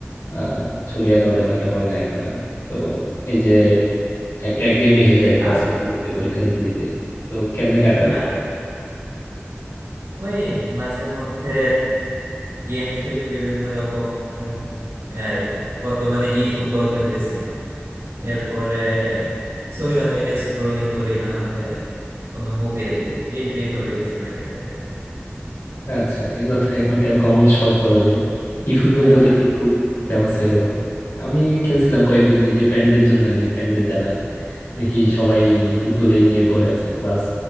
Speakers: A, on the left; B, on the right.
A: আহ ছবি আঁকাও তেমন একটা হয় না এখন আর তো এই যে একটা একঘেয়েমি এসে যায় ক্লাস
B: আর
A: করতে করতে পরীক্ষা দিতে দিতে তো কেমনে কাটাও
B: হ্যাঁ ওই মাঝে মধ্যে গেম খেলি বিভিন্ন রকম যেমন এই, বর্তমানে ই ফুটবল খেলতেছি এরপরে সোশ্যাল মিডিয়া স্ক্রোলিং করি না হলে কোনো মুভি দেখি এই এইভাবেই সময় কেটে যায়
A: আচ্ছা এগুলো তো এখনকার কমন শখ বলা যায় ই ফুটবল
B: হ্যাঁ
A: তো দেখি খুব ফেমাস হয়ে গেল আমি খেলছিলাম কয়েকদিন এই যে ফ্রেন্ডদের জন্য আর কি ফ্রেন্ডদের জ্বালায় দেখি সবাই ই ফুটবলেই নিয়ে পড়ে আছে ক্লাস